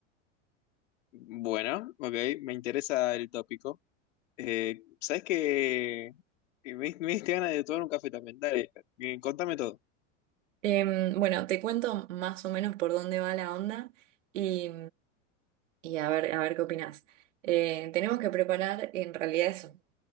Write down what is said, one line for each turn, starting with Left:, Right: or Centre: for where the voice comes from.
Left: Bueno, ok, me interesa el tópico. Eh, ¿sabes qué? Me, me diste ganas de tomar un café también. Dale, eh, contame todo.
Right: Em, bueno, te cuento más o menos por dónde va la onda y, y a ver, a ver qué opinás. Eh, tenemos que preparar en realidad eso.